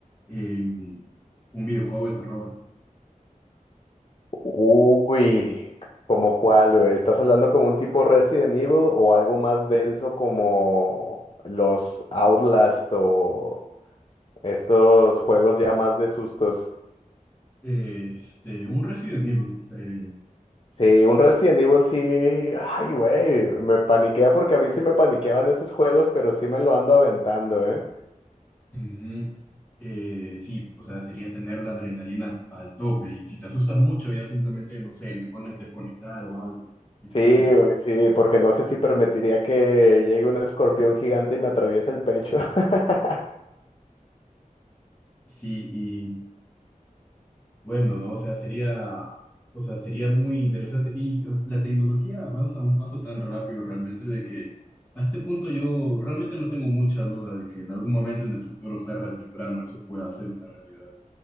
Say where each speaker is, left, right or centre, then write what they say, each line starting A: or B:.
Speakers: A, on the left; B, on the left.
A: eh, un videojuego de terror.
B: Uy, ¿como cuál, güey? ¿Estás hablando como un tipo Resident Evil o algo más denso como los Outlast o estos juegos ya más de sustos?
A: Este, un Resident Evil estaría bien.
B: Sí, un Resident Evil sí, ay, güey, me paniquea porque a mí sí me paniqueaban esos juegos, pero sí me lo ando aventando, ¿eh?
A: Ujú. Eh, sí, o sea, sería tener la adrenalina al tope y si te asustas mucho ya simplemente, no sé, le pones desconectar o algo y te
B: Sí,
A: sale.
B: güey, sí, porque no sé si permitiría que llegue un escorpión gigante y me atraviese el pecho. <laughs>
A: Sí, Bueno, ¿no? O sea, sería, o sea, sería muy interesante. Y o sea, la tecnología avanza a un paso tan rápido realmente de que a este punto yo realmente no tengo mucha duda de que en algún momento en el futuro, tarde o temprano, eso pueda ser una realidad.